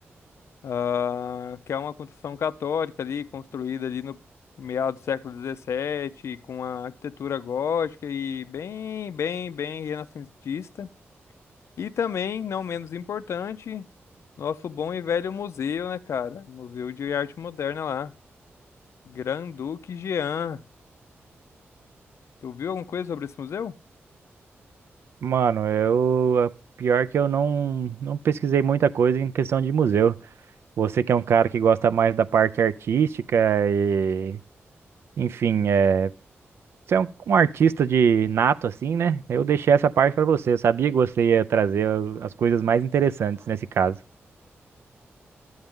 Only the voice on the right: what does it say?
Mano, eu. a- Pior que eu não, não pesquisei muita coisa em questão de museu. Você que é um cara que gosta mais da parte artística e. Enfim, é. Você é um, um artista de nato, assim, né? Eu deixei essa parte para você. Eu sabia que você ia trazer as coisas mais interessantes nesse caso.